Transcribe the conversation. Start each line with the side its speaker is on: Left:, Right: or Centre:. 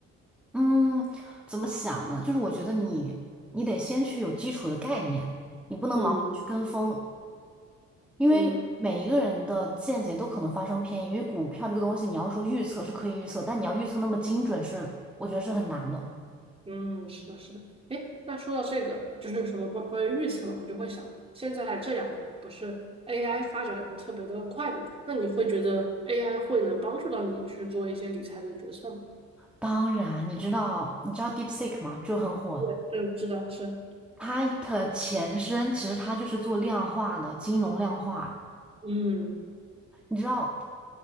Centre: 嗯，怎么想呢？就是我觉得你你得先去有基础的概念，你不能盲目地去跟风，
Right: 嗯
Centre: 因为每一个人的见解都可能发生偏移。
Right: 嗯。
Centre: 因为股票这个东西，你要说预测是可以预测，但你要预测那么精准是，我觉得是很难的。
Right: 嗯，是的，是的。哎，那说到这个，就是什么关关于预测嘛，我就会想，现在这两年不是 AI 发展的特别的快嘛？那你会觉得 AI 会能帮助到你去做一些理财的决策吗？
Centre: 当然，你知道你知道 DeepSeek 吗？就很火。
Right: 对，对，知道是，
Centre: 它的前身其实它就是做量化的金融量化。
Right: 嗯，
Centre: 你知道